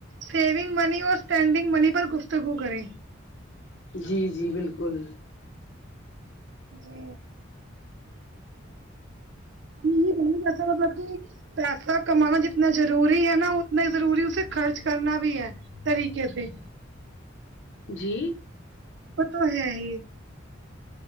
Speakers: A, on the right; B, on the left.
A: سیونگ منی اور اسٹینڈنگ منی پر گفتگو کریں
B: جی جی بالکل
A: جی یہ بن <unintelligible> گ جیسا مطلب کہ پیسہ کمانا جتنا ضروری ہے نا اتنا ضروری اسے خرچ کرنا بھی ہے طریقے سے
B: جی
A: وہ تو ہے ہی